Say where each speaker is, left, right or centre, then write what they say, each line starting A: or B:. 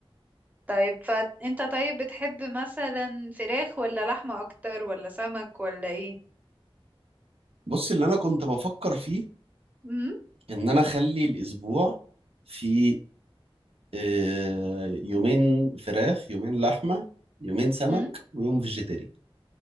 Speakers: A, on the right; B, on the right.
A: طيب فانت طيب بتحب مثلا فراخ ولا لحمة اكتر ولا سمك ولا ايه
B: بص اللي انا كنت بفكر فيه
A: امم
B: ان انا اخلي الاسبوع فيه آه، يومين فراخ يومين لحمة يومين سمك
A: امم
B: ويوم فيجيتيري